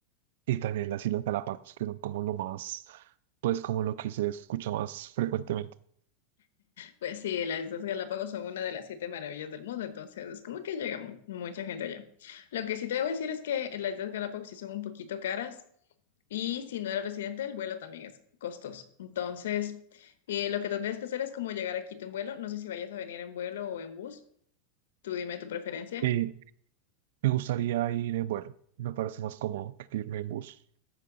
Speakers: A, on the right; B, on the left.
A: Y también las Islas Galápagos, que son como lo más, pues como lo que se escucha más frecuentemente.
B: Pues sí, las Islas Galápagos son una de las siete maravillas del mundo, entonces es como que llega mu- mucha gente allá. Lo que sí te debo decir es que las Islas Galápagos sí son un poquito caras y si no eres residente, el vuelo también es costoso. Entonces, eh, lo que tendrías que hacer es como llegar a Quito en vuelo. No sé si vayas a venir en vuelo o en bus. Tú dime tu preferencia.
A: Eh, me gustaría ir en vuelo, me parece más cómodo que irme en bus.